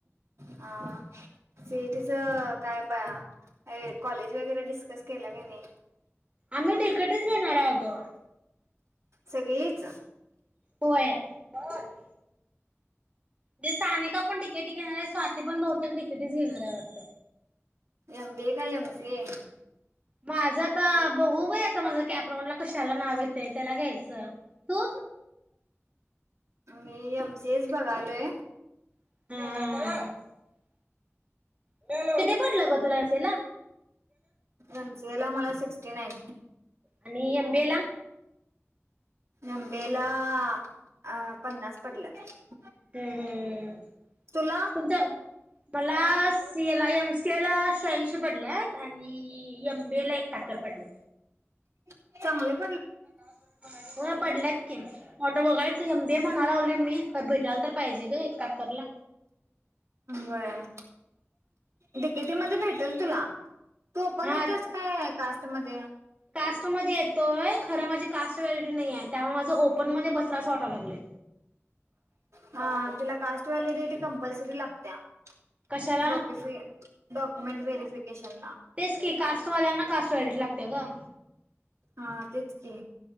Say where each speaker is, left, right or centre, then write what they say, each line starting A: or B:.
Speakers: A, on the right; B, on the right.
A: हां सी इ टी च काय ब काय कॉलेज वगैरे डिस्कस केला की नाही?
B: आम्ही डीकेटी च घेणार आहे अगं
A: सगळीच
B: होय <unintelligible> ते सानिका पण तडीकेटी घेणार आहे स्वाती पण बहुतेक डीकेटीच घेणार आहे वाटत
A: एम बी ऐ का एम सी ऐ
B: माझं आता बघू बाई आता माझ कॅपराऊड ला कशाला नाव येते त्याला घ्यायचं तू
A: मी एमसीए च बघालोय
B: हूं <unintelligible> हूं हूं <unintelligible> किती पडल ग तुला असेल ना
A: एमसीए ला मला सिक्स्टी नाईन
B: आणि एमबीएला
A: एमबीए ला अ पन्नास पडल्यात
B: हूं हूं
A: तुला
B: तुमचं मला एम सी ए ला शहाऐंशी पडल्यात आणि एम बी ला एक शात्तर पडले
A: <unintelligible> चांगलं
B: <unintelligible> होय पडल्यात की मग आता बघायच एम बी ए म्हणायला लागलोय मी भेटायला तर पाहिजे एकाहत्तर ला
A: बरं डीकेटीमध्ये भेटल तुला तू ओपन
B: हा
A: येतेस काय? काय कास्ट? कास्ट मध्ये
B: कास्ट मध्ये येतोय खर माझी कास्ट व्हलिडिटी नाही आहे त्यामुळे माझं ओपन मध्ये बसलं अस वाटाया लागलय
A: हा तुला कास्ट व्हॅलिडिटी कम <unintelligible>
B: कशाला
A: मेंन व्हेरीफिकेशनला
B: तेच की कास्टवाल्यांना कास्ट व्हॅलिडिटी लागतत्या ग
A: हा तेच की